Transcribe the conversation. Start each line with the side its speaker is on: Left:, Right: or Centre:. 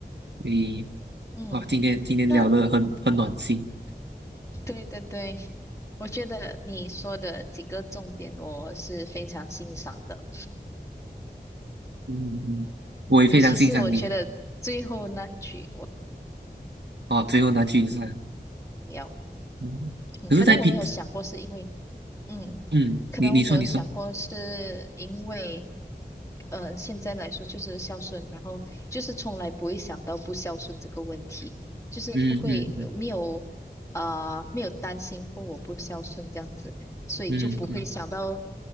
Right: 所以
Left: 嗯，
Right: 哇，今天今天聊得很很暖心，
Left: 那对对对，我觉得你说的几个重点我是非常欣赏的，
Right: 嗯嗯，我也非常欣赏你啊，
Left: 尤其是我觉得最后那句我
Right: 哦，最后那句是。
Left: 要，
Right: 嗯，
Left: 嗯，
Right: 可是，
Left: 可能我没有想过是因为。
Right: 在平，
Left: 嗯。
Right: 嗯，
Left: 可能我没有想过，
Right: 你你说你说，
Left: 是因为，呃，现在来说就是孝顺，然后就是从来不会想到不孝顺这个问题，就是不会呃没有啊、
Right: 嗯嗯嗯
Left: 呃没有担心过我不孝顺这样子，所以就不会想到
Right: 嗯嗯